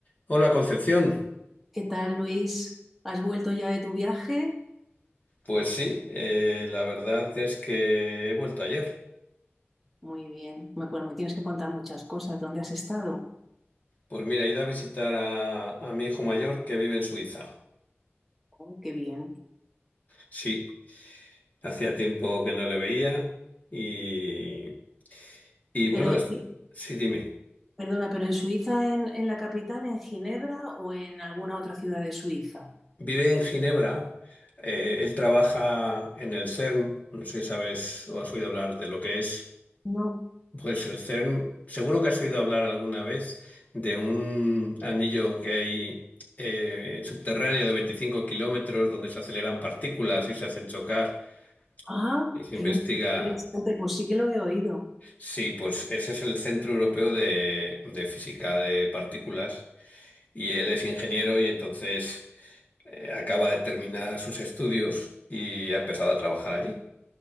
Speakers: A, on the left; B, in the centre.
A: Hola Concepción.
B: ¿Qué tal, Luis? ¿Has vuelto ya de tu viaje?
A: Pues sí, eh, la verdad es que he vuelto ayer.
B: Muy bien. Me- Bueno, me tienes que contar muchas cosas. ¿Dónde has estado?
A: Pues mira, he ido a visitar a, a mi hijo mayor que vive en Suiza.
B: Oh, qué bien.
A: Sí, hacía tiempo que no le veía y, y bueno,
B: Pero,
A: es-
B: eh,
A: sí, dime.
B: perdona, ¿pero en Suiza, en, en la capital, en Ginebra o en alguna otra ciudad de Suiza?
A: Vive en Ginebra, eh, él trabaja en el CERN, no sé si sabes o has oído hablar de lo que es.
B: No.
A: Pues el CERN, seguro que has oído hablar alguna vez de un anillo que hay eh, subterráneo de veinticinco kilómetros donde se aceleran partículas y se hacen chocar
B: Ah,
A: y se
B: qué
A: investiga.
B: interesante. Pues sí que lo he oído.
A: Sí, pues ese es el Centro Europeo de, de Física de Partículas y él es ingeniero y entonces eh, acaba de terminar sus estudios y ha empezado a trabajar allí.